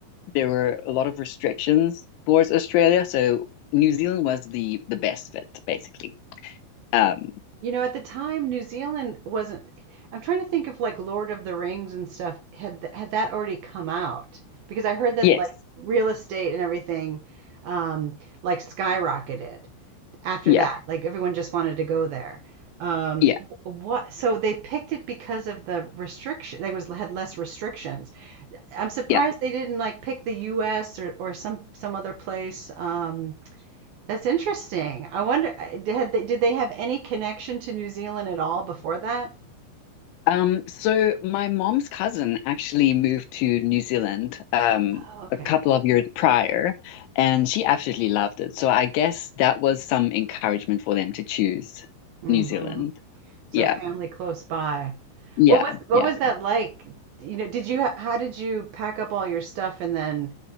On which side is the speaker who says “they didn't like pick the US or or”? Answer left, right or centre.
Right